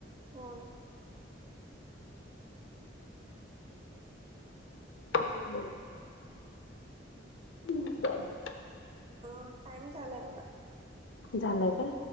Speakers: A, on the right; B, on the left.
A: हो
B: हो कंदीप
A: अ टाइम झालाय बघा
B: झालंय का